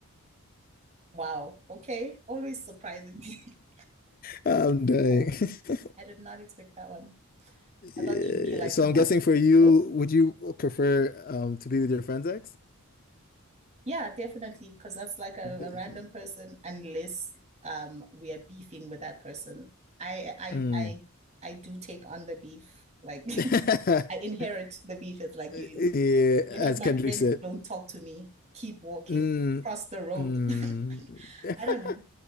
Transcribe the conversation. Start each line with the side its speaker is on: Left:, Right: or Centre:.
Right: Wow. Okay. Always surprising. <laughs>
Left: <laughs>
Right: Okay,
Left: I'm dying.
Right: cool.
Left: <laughs>
Right: I did not expect that one.
Left: Yeah,
Right: I thought you'd be like,
Left: so
Right: nope,
Left: I'm guessing for you,
Right: nope.
Left: would you prefer um to be with your friend's ex?
Right: Yeah, definitely. Because that's like a,
Left: Definitely.
Right: a random person, unless um we are beefing with that person. I I
Left: Mm.
Right: I I do take on the beef. Like
Left: <laughs>
Right: <laughs> I inherit the beef. It's like
Left: Yeah,
Right: you You
Left: as
Right: heard my
Left: Kendrick
Right: friend,
Left: said.
Right: don't talk to me. Keep walking.
Left: Mm.
Right: Cross the road.
Left: Mm.
Right: <laughs>
Left: <laughs>
Right: I don't know.